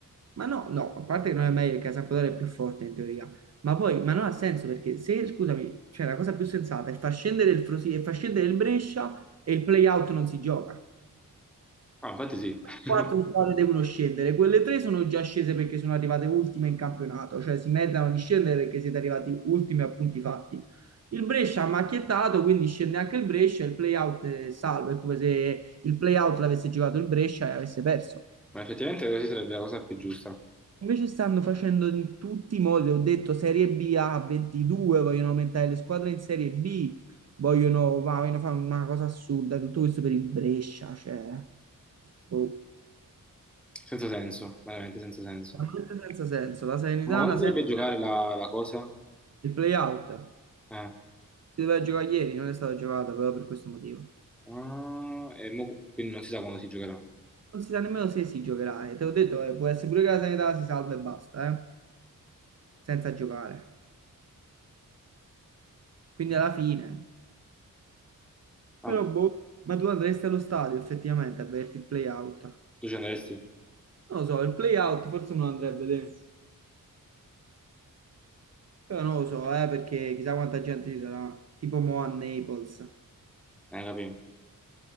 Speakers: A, on the right; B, in the centre.
A: Ma no, no, a parte che non è meglio perché la Sampdoria è più forte in teoria, ma poi, ma non ha senso perché se, scusami, cioè la cosa più sensata è far scendere il Frosinone e far scendere il Brescia e il play-out non si gioca.
B: Ah, infatti sì, <laughs>
A: Quattro squadre devono scendere, quelle tre sono già scese perché sono arrivate ultime in campionato, cioè si meritano di scendere perché siete arrivati ultimi a punti fatti. Il Brescia ha macchiettato, quindi scende anche il Brescia, il play-out è salvo, è come se il play-out l'avesse giocato il Brescia e avesse perso.
B: ma effettivamente così sarebbe la cosa più giusta,
A: Invece stanno facendo in tutti i modi, ho detto Serie B a 22, vogliono aumentare le squadre in Serie B, vogliono, ma vogliono fare una cosa assurda, tutto questo per il Brescia, cioè, boh,
B: senza senso, veramente senza senso.
A: veramente senza senso. La Salernitana
B: Ma quando si
A: sempre
B: dovrebbe giocare la, la cosa?
A: il play-out,
B: Eh.
A: si doveva giocare ieri, non è stata giocata proprio per questo motivo.
B: Ah, e mo- quindi non si sa quando si giocherà.
A: Non si sa nemmeno se si giocherà, e te l'ho detto, eh, può essere pure che la Salernitana si salva e basta, eh, senza giocare. Quindi alla fine...
B: Ah,
A: Però
B: boh.
A: boh, ma tu andresti allo stadio effettivamente a vederti il play out?
B: tu ci andresti?
A: Non lo so, il play out forse me lo andrei a vedere. Però non lo so, eh, perché chissà quanta gente ci sarà. Tipo mo a Naples.
B: Eh, capì?